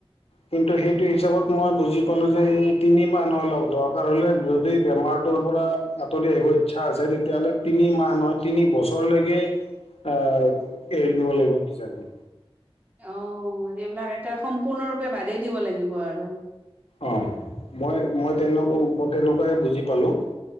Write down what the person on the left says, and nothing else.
কিন্তু সেইটো হিচাপত মই বুজি পালো যে সেই তিনি মাহৰলও দৰকাৰ হলে যদি বেমাৰ পৰা আঁতৰি আহিব ইচ্ছা আছে তেতিয়াহ'লে তিনি মাহ নহয় তিনি বছৰলৈকে আহ
এৰি দিব লাগিব কিজানি।
অ', মই মই তেন তেনেকুৱাই বুজি পালোঁ।